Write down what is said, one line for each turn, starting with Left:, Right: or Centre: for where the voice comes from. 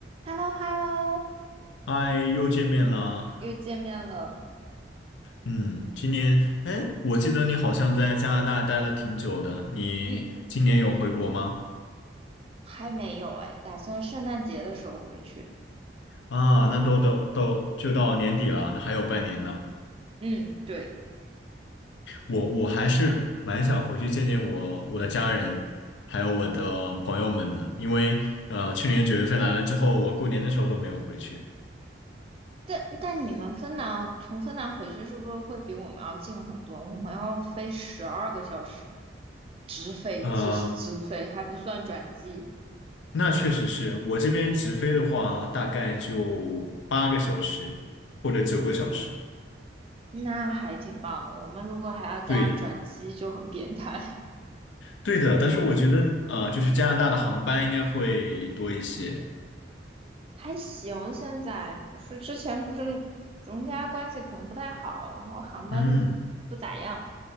Right: h e l l o h e l l o
Left: 嗨，又见面了。
Right: 又见面了。
Left: 嗯，今年，哎，我记得你好像在加拿大待了挺久的，你今年有回国吗？
Right: 嗯，还没有哎，打算圣诞节的时候回去。
Left: 啊，那都都都就到年底了，那还有半年呢。
Right: 嗯，对。
Left: 我我还是蛮想回去见见我我的家人，还有我的朋友们的，因为呃，去年九月份来了之后，我过年的时候都没有回去。
Right: 但但你们芬兰从芬兰回去是不是会比我们要近很多？我们要飞十二个小时，直飞，
Left: 啊，
Right: 只是直飞，还不算转机，
Left: 那确实是我这边直飞的话，大概就八个小时或者九个小时。
Right: 那还挺棒的。我们如果还要加上转机，
Left: 对，
Right: 就很变态。
Left: 对的，但是我觉得，呃，就是加拿大的航班应该会多一些，
Right: <laughs> 还行，现在就是之前不是中加关系可能不太好，然后航班就不不咋样。
Left: 嗯，